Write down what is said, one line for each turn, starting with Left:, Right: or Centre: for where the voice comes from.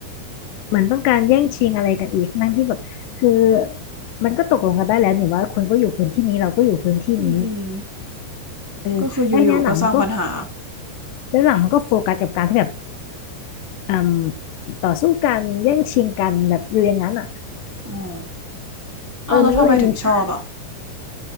Left: เหมือนต้องการแย่งชิงอะไรกันอีกทั้งที่แบบคือมันก็ตกลงกันได้แล้วเนี่ยว่าคุณก็อยู่พื้นที่นี้เราก็อยู่พื้นที่นี้
Right: อืมอืม
Left: เออไอ้เนี่ยหนังมันก็
Right: ก็คืออยู่ๆก็สร้างปัญหา
Left: แล้วหลังมันก็โฟกัสกับการที่แบบอืมต่อสู้กันแย่งชิงกันแบบอยู่อย่างนั้นอ่ะ
Right: อ๋อ
Left: เออมันก็เลยมีภาค
Right: อ้าวแล้วทำไมถึงชอบอ่ะ